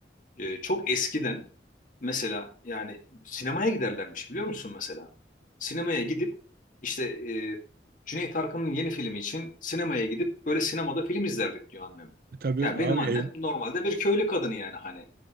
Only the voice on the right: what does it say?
E, tabii
abi
ev,